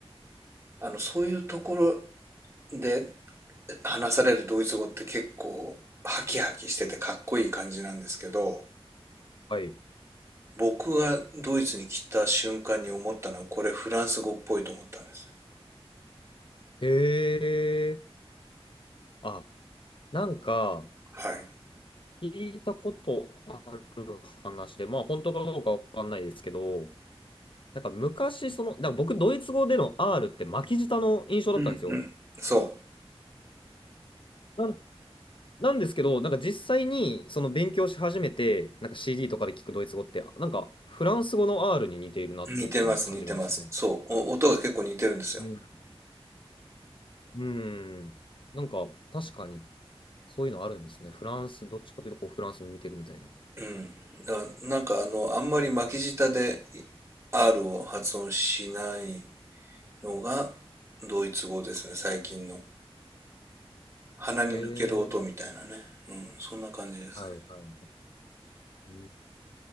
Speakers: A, on the right; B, on the left.
A: あの、そういうところで話されるドイツ語って結構ハキハキしててかっこいい感じなんですけど、
B: はい。
A: 僕がドイツに来た瞬間に思ったのはこれフランス語っぽいと思ったんです。
B: へえ。あ、なんか、
A: はい。
B: 聞いたことある話で、まあ本当かどうかわかんないですけど、なんか昔、その、なんか僕、ドイツ語での R って巻き舌の印象だったんですよ。
A: うん。そ
B: なんなんですけど、なんか実際にその勉強し始めて、なんか CD とかで聞くドイツ語って、なんかフランス語の R に似ているなっていうふうに感じるんですよね。
A: う。似てます、似てます。そう。お音が結構似てるんですよ。
B: うん。うん。なんか確かに。そういうのあるんですね。フランス、どっちかというとこうフランスに似てるみたいな。
A: うん。だからなんかあの、あんまり巻き舌で R を発音しないのがドイツ語ですね、最近の。鼻に抜ける音みたいなね。
B: ええ
A: うん、そんな感じですね。
B: はいはい。うー